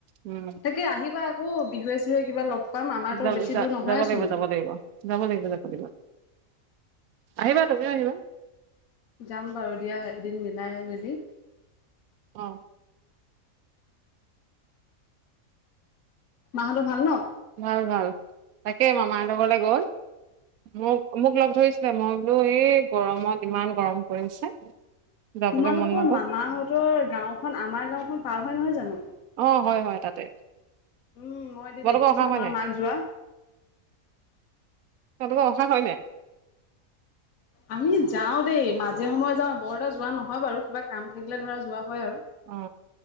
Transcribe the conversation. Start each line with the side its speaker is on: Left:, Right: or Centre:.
Right: উম
Left: তাকে আহিবা অঁ বিহুৱে চিহুৱে কিবা লগ পাম আমাৰতো
Right: য
Left: বেছি
Right: য যাব
Left: দূৰ নহয়েচোন।
Right: লাগিব যাব লাগিব যাব লাগিব যাব লাগিব আহিবা তুমিও আহিবা
Left: যাম বাৰু দিয়া এদিন মিলাই মেলি
Right: অ
Left: মাহঁতৰ ভাল ন
Right: ভাল ভাল তাকে মামাহঁতৰ ঘৰলে গল মোক মোক লগ ধৰিছে মই বোলো এই গৰমত ইমান গৰম পৰিছে যাবলৈ
Left: তোমালোকৰ
Right: মন নগ'ল
Left: মামাহঁতৰ গাঁওখন আমাৰ গাঁওখন পাৰ হয় নহয় জানো
Right: অ হয় হয় তাতে
Left: উম মই এদিন
Right: তোমালোকৰ
Left: দেখিছো
Right: অহা
Left: তোমাৰ
Right: হয় নাই
Left: মাক যোৱা
Right: তহঁতবা অহা হয় নাই
Left: আমি যাও দেই মাজে সময় যাও বৰদা যোৱা নহয় বাৰু কিবা কাম থাকিলে ধৰা যোৱা হয় আৰু।
Right: অ